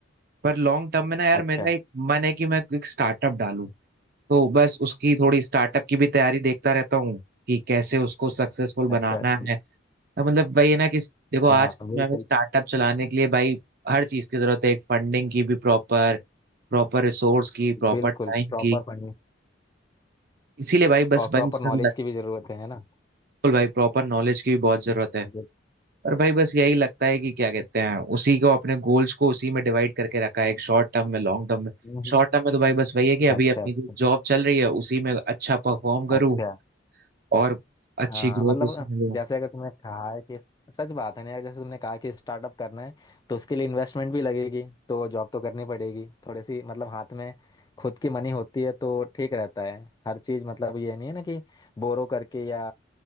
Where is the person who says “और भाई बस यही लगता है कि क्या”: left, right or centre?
Right